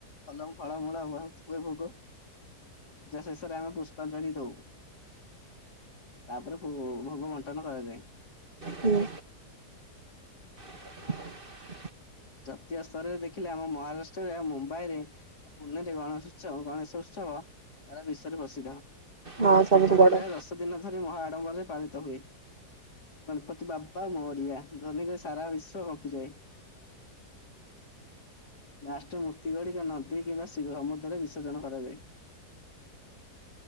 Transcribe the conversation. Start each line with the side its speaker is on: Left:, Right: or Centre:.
Left: ଭଲ ଫଳମୂଳ ବହୁତ ହୁଏ ଭୋଗ, ପୂଜା ଶେଷରେ ଆମେ ପୁଷ୍ପାଞ୍ଜଳି ଦଉ। ତାପରେ ଭୋଗ ବଣ୍ଟନ କରାଯାଏ।
Right: ହୁଁ ଉଁ। <inaudible>
Left: ଜାତୀୟ ସ୍ତରରେ ଦେଖିଲେ ଆମ ମହାରାଷ୍ଟ୍ରରେ ଆଉ ମୁମ୍ବାଇରେ ଆଉ ପୁଣେରେ ଗଣେଶ ଉତ୍ସବ ଗଣେଶ ଉତ୍ସବ ସାରା ବିଶ୍ୱରେ ପ୍ରସିଦ୍ଧ।
Right: ହଁ ସବୁଠୁ
Left: ସେଠାରେ
Right: ବଡ
Left: ପ୍ରାୟ ଦଶ ଦିନ ଧରି ମହାଆଡ଼ମ୍ବରରେ ପାଳିତ ହୁଏ। ଗଣପତି ବାବା ମୋରିଆ ଧ୍ୱନିରେ ସାରା ବିଶ୍ଵ କମ୍ପିଯାଏ। ଲାଷ୍ଟରେ ମୂର୍ତ୍ତି ଗୁଡିକ ନଦୀ କିମ୍ବା ଶିବ ସମୁଦ୍ରରେ ବିସର୍ଜନ କରାଯାଏ।